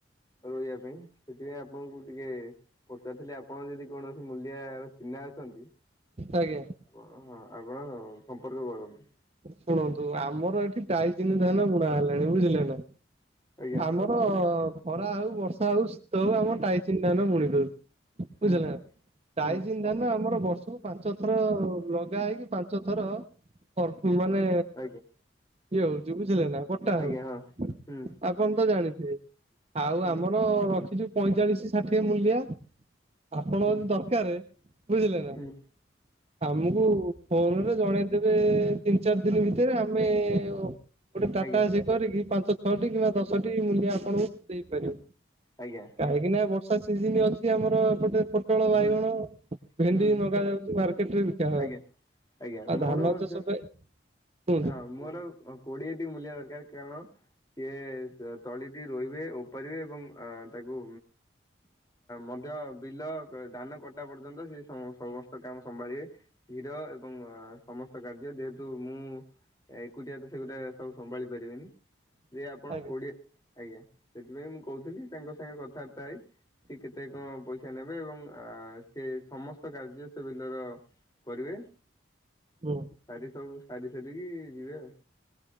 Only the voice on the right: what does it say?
ଆଜ୍ଞା।
ଶୁଣନ୍ତୁ ଆମର ଏଠି ଟାଇଚିନି ଧାନ ବୁଣା ହେଲାଣି ବୁଝିଲେ ନା,
ଆମ ହଁ ଖରା ହଉ ବର୍ଷା ହଉ ଶୀତ ହଉ ଆମ ଟାଇଚିନ ଧାନ ବୁଣି ଦଉଛି
ବୁଝିଲେ ନା। ଟାଇଜିନ୍
ଧାନ ଆମର ବର୍ଷକୁ ପାଞ୍ଚ ଥର ଲଗା ହେଇକି ପାଞ୍ଚ ଥର <inaudible> ମାନେ
କିଏ ହଉଛି ବୁଝିଲେ ନା କଟା
ହଉଛି?
ଆଉ କଣ ତ ଜାଣିଥିବେ? ଆଉ
ଆମର ରଖିଛୁ ପଇଁଚାଳିଶ ଷାଠିଏ ମୂଲିଆ। ଆପଣଙ୍କ ଯଦି
ଦରକାର ବୁଝିଲେ ନା?
ଆମକୁ ଫୋନରେ ଜଣେଇଦେବେ ତିନି ଚାରି ଦିନ ଭିତରେ, ଆମେ ଗୋଟେ ଟାଟା
କରିକି ପାଞ୍ଚ ଛଅଟି କିମ୍ବା ଦଶଟି ମୂଲିଆ ଆପଣଙ୍କୁ ଦେଇପାରିବୁ।
କାହିଁକି ନା ବର୍ଷା ସିଜିନ ଅଛି ଆମର ଏପଟେ ପୋଟଳ, ବାଇଗଣ।
ଭେଣ୍ଡି
ଲଗା ଯାଉଛି ମାର୍କେଟ ରେ ବିକାହବ।
ଆଉ
ଧାନ
ଚାଷ ପାଇଁ କୁହନ୍ତୁ।
ଆଜ୍ଞା।
ହୁଁ।